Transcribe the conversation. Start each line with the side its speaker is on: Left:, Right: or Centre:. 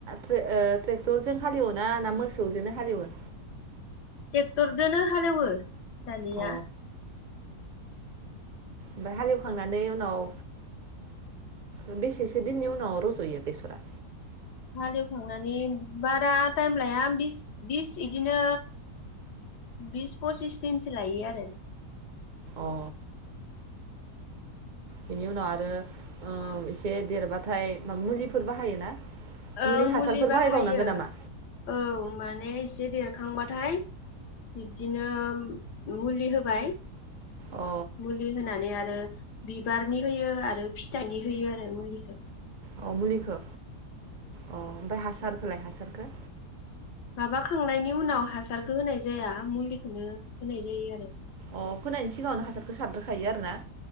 Right: ट्रेक ओ ट्रेक्टरजों हालेवोना ना मोसौजोंनो हालेवो?
Left: ट्रेक्टरजोंनो हालेवो दानिया।
Right: अ ओमफाय हालेवखांनानै उनाव ओ बेसेसो दिननि उनाव रज'यो बेसरा?
Left: हालेवखांनानै बारा टाइम लाया बिस बिस इदिनो बिस पसिस दिनसो लायो आरो।
Right: अ'। बेनि उनाव आरो ओ एसे देरबाथाय मुलिफोर बाहायोना?
Left: ओं
Right: हासारफोर
Left: मुलि बाहायो
Right: बाहायबावनांगोन नामा
Left: औ माने एसे देरखांबाथाय बिब्दिनो मुलि होबाय।
Right: अ
Left: मुलि होनानै आरो बिबारनि होयो आरो फिथाइनि होयो आरो मुलिखो।
Right: अ' मुलिखो। अ'ओमफाय हासा खोलाय हासारखो?
Left: माबाखांनायनि उनाव हासारखो होनाय जाया मुलिखोनो होनाय जायो आरो।
Right: अ' फोनायनि सिगाङावनो हासारखो सारग्रो खायो आरोना?